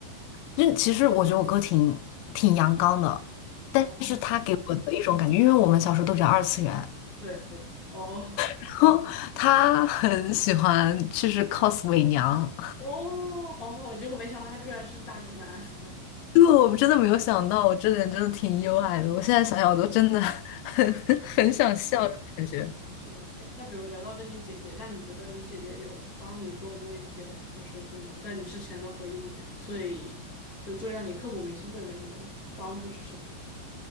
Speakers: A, on the left; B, on the left.
A: 就其实我觉得我哥挺挺阳刚的，但是他给我的一种感觉，
B: 哦，
A: 因为我们小时候都比较二次元，
B: <laughs> 对对，哦
A: 然后他很喜欢就是 cos 伪娘，
B: 哦哦，结果没想到他居然是大直男。<laughs>
A: <laughs> 因为我真的没有想到，我这点真的挺意外的，我现在想想我都真的很 <laughs> 很想笑，这种感觉。
B: 哦，是的。哎那比如聊到跟你姐姐，那你觉得你姐姐有帮你做过一些，就是可能在你之前的回忆里面最就最让你刻骨铭心的就是那种帮助是什么呢？